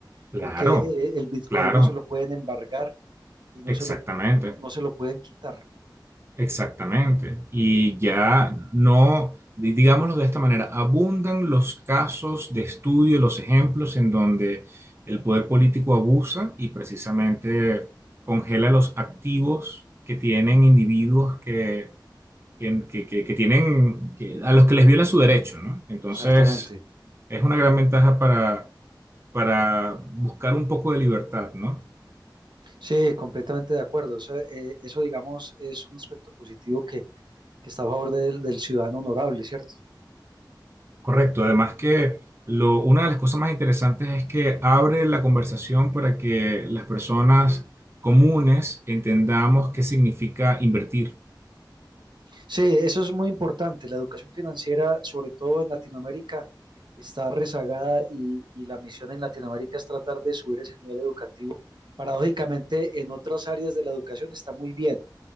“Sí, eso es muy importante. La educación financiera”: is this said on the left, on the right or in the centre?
Right